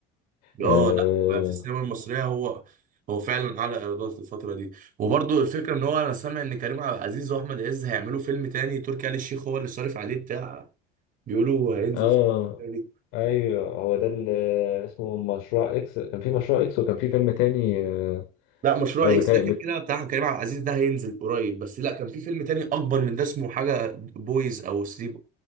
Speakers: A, on the left (about 75°); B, on the right (about 40°).
A: اه
B: اه لا في السينما المصريه هو هو فعلا اعلى ايرادات الفتره دي وبرضو الفكره ان هو انا سامع ان كريم عبد العزيز واحمد عز هيعملوا فيلم تاني تركي آل الشيخ هو اللي صارف عليه بتاع بيقولوا هينزل
A: اه
B: فيلم تاني
A: ايوه هو ده اللي اسمه مشروع اكس كان في مشروع اكس وكان في فيلم تاني اه
B: لا مشروع
A: آه،
B: اكس
A: بتاع
B: ده كان كده بتاع كريم عبد العزيز ده هينزل قريب بس لا كان في فيلم تاني اكبر من ده اسمه حاجه بويز او ثري